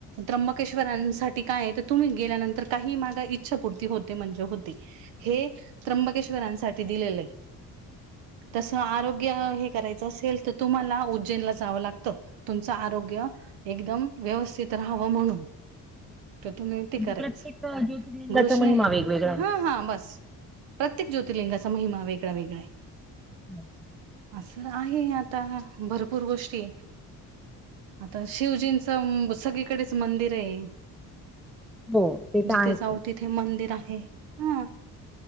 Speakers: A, on the right; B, in the centre.
A: त्र्यंबकेश्वरांसाठी कायय तर तुम्ही गेल्यानंतर काही मागा इच्छापूर्ती होत होते म्हणजे होते हे त्र्यंबकेश्वरांसाठी दिलेलय. तस आरोग्य हे करायच असेल तर तुम्हाला उज्जैनला जावं लागत तुमचं आरोग्य एकदम व्यवस्थित राहावं म्हणून. तर तुम्ही ते
B: म्हणजे
A: करायच
B: प्रत्येक ज्योतिर्लिंगाचा
A: घृष्ण
B: महिमा वेगवेगळा आहे.
A: हां हां बस प्रत्येक ज्योतिर्लिंगाचा महिमा वेगळा वेगळाय.
B: अच्छा.
A: असं आहे आता भरपूर गोष्टी आता शिवजींचं सगळीकडेच मंदिर हे
B: हो ते तर
A: जिथे
B: आहेच.
A: जाऊ ति थे मंदिर आहे हा